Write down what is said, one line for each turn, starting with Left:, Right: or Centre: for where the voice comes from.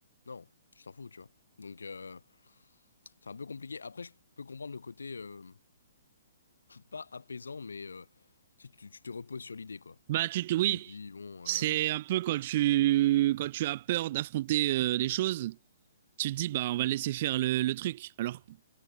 Left: non, je t'en fous, tu vois. Donc euh, c'est un peu compliqué. Après, je peux comprendre le côté euh, pas apaisant, mais euh, tu, tu- tu te reposes sur l'idée, quoi.
Right: Bah, tu te, oui,
Left: Tu te dis, bon,
Right: c'est
Left: euh,
Right: un peu quand tu, quand tu as peur d'affronter euh, les choses, tu te dis, bah, on va laisser faire le, le truc. Alors,